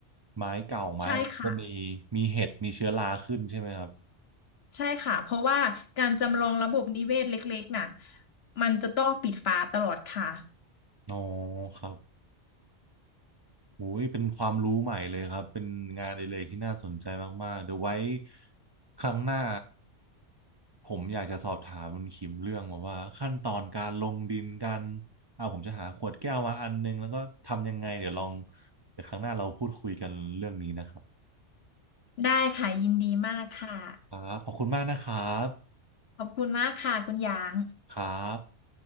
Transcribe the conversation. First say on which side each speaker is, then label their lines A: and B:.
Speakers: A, on the right; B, on the left.
A: ไม้เก่าไม้อะไรก็มี
B: ใช่ค่ะ
A: มีเห็ดมีเชื้อราขึ้นใช่ไหมครับ
B: ใช่ค่ะเพราะว่าการจำลองระบบนิเวศเล็กๆน่ะมันจะต้องปิดฝาตลอดค่ะ
A: อ๋อครับโอ้ยเป็นความรู้ใหม่เลยครับเป็นงานอดิเรกที่น่าสนใจมากๆเดี๋ยวไว้ครั้งหน้าผมอยากจะสอบถามคุณคิมเรื่องแบบว่าขั้นตอนการลงดินกันเอาผมจะหาขวดแก้วมาอันนึงแล้วก็ทำยังไงเดี๋ยวลองเดี๋ยวครั้งหน้าเราพูดคุยกันเรื่องนี้นะครับ
B: ได้ค่ะยินดีมากค่ะ
A: ครับขอบคุณมากนะครับ
B: ขอบคุณมากค่ะคุณหยาง
A: ครับ